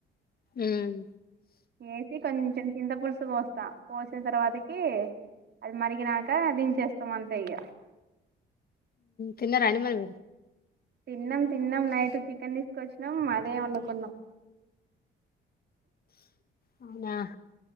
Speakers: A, on the left (about 50°); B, on the right (about 55°).
A: ఉమ్
B: ఏసి కొంచెం చింత పులుసు పోస్త పోసిన తర్వాతకి అది మరిగినక చేస్తాం అంతే ఇగ
A: తిన్నరా అండి మరి
B: తిన్నాం తిన్నాం నైట్ చికెన్ తీసుకొచ్చినాం అదే వండుకున్నాం
A: ఆ